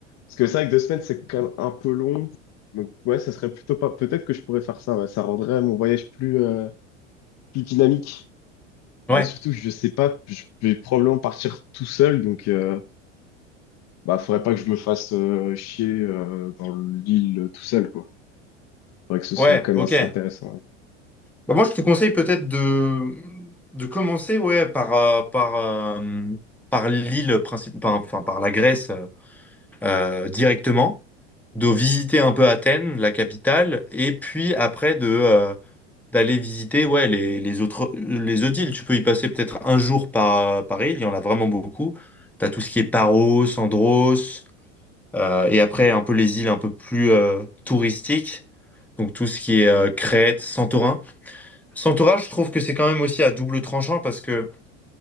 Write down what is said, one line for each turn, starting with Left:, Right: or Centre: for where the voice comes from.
Left: Parce que c'est vrai que deux semaines, c'est quand même un peu long. Donc ouais, ça serait plutôt pas. Peut-être que je pourrais faire ça. ouais. Ça rendrait mon voyage plus euh, plus dynamique.
Centre: Ouais,
Left: Euh, surtout, que je sais pas, je vais probablement partir tout seul, donc. euh, Bah, faudrait pas que je me fasse euh, chier euh, dans l'île euh, tout seul, quoi. Faudrait que ce
Centre: ouais,
Left: soit quand même
Centre: ok.
Left: assez intéressant.
Centre: Bah, moi, je te conseille peut-être de, de commencer ouais, par, euh, par, euh, par l'île, princip- par- enfin par la Grèce euh, directement, de visiter un peu Athènes, la capitale, et puis après de, euh, d'aller visiter ouais, les, les autres, les autres îles. Tu peux y passer peut-être un jour par, par île, il y en a vraiment beaucoup. Tu as tout ce qui est Paros, Andros, euh, et après un peu les îles un peu plus euh, touristiques, donc tout ce qui est euh, Crète, Santorin. S'entourage, je trouve que c'est quand même aussi à double tranchant parce que,